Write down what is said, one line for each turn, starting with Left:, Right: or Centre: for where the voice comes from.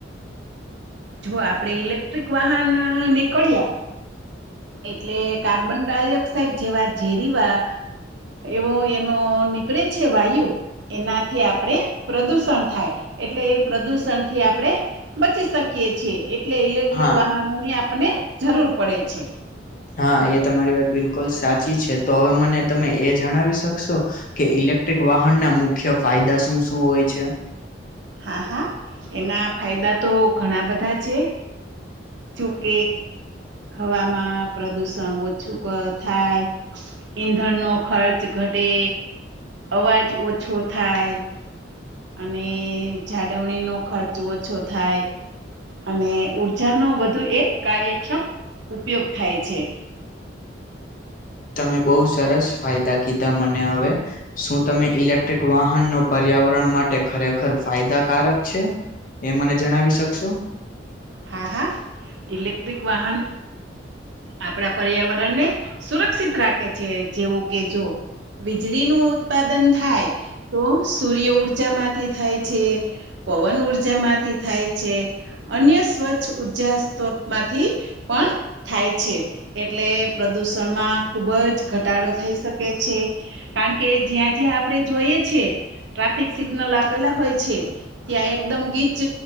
Right: જો આપડે ઇલેક્ટ્રિક વાહન નીકળ્યા. એટલે કાર્બન ડાયોક્સાઈડ જેવા ઝેરીવા એવો એનો નીકળે છે વાયુ. એનાથી આપણેે પ્રદૂષણ થાય એટલે એ પ્રદુષણથી આપણેે બચી શકીએ. છએ એટલે ઇલેક્ટ્રિક
Left: હા
Right: વાહનો ની આપને જરૂર પડે છે.
Left: હા એ તમારી વાત બિલકુલ સાચી છે તો હવે મને તમે એ જણાવી શકશો. કે ઇલેક્ટ્રિક વાહન ના મુખ્ય ફાયદા શું શું હોય છે.
Right: હા હા એના ફાયદા તો ઘણા બધા છે. જોકે હવામાં પ્રદુષણ ઓછું થાય, ઈંધણ નો ખર્ચ ઘટે, અવાજ ઓછો થાય. અને જાડવણી નો ખર્ચ ઓછો થાય. અને ઉર્જાનો વધુ એક કાર્યક્ષમ ઉપયોગ થાય છે.
Left: તમે બહુ સરસ ફાયદા કીધા મને હવે. શું તમે ઇલેક્ટ્રિક વાહન નો પર્યાવરણ માટે ખરેખર ફાયદાકારક છે? એ મને જણાવી શકશો.
Right: હા હા ઇલેક્ટ્રિક વાહન. આપણા પર્યાવરણને સુરક્ષિત રાખે છે જેવું કે જો. વીજળી નું ઉત્પાદન. થાય તો સૂર્ય ઊર્જામાંથી થાય છે, પવન ઉર્જા માંથી થી થાય છે અન્ય સ્વચ્છ ઉર્જા સ્ત્રોતમાંથી પણ થાય છે. એટલે પ્રદુષણમાં ખુબ જ ઘટાડો થઈ શકે છે. કારણ કે જ્યાં જ્યાં આપડણે જોઈએ છીએ. ટ્રાફિક સિગ્નલ આપેલા હોય છે ત્યાં એકદમ ગીત ચ